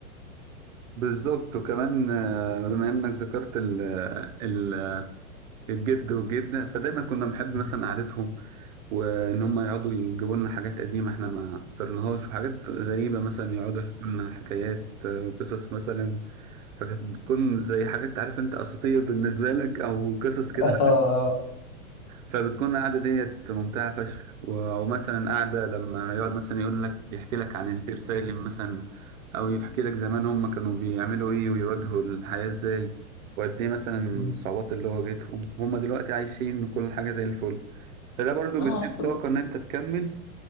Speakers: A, on the right; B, on the left.
A: بالظبط وكمان آه، بما انك ذكرت ال ال الجد والجدة فدايما كنا بنحب
B: كده
A: مثلا قعدتهم وان هم يقعدوا يجيبوا لنا حاجات قديمة احنا ما صرناهاش وحاجات غريبة مثلا يقعدوا يحكوا لنا حكايات آه، وقصص مثلا فكانت بتكون زي حاجات عارف انت اساطير بالنسبة لك او قصص كده
B: آه،
A: فبتكون القعدة ديت ممتعة فشخ و- ومثلا قعدة لما يقعد مثلا يقول لك يحكي لك عن الزئير سالم مثلا أو يحكي لك زمان هم كانوا بيعملوا إيه ويواجهوا الحياة إزاي وقد إيه مثلا
B: <laughs>
A: الصعوبات اللي واجهتهم هم دلوقتي عايشين وكل حاجة زي الفل فده برضو بيديك
B: ايوه حتى
A: طاقة إن أنت تكمل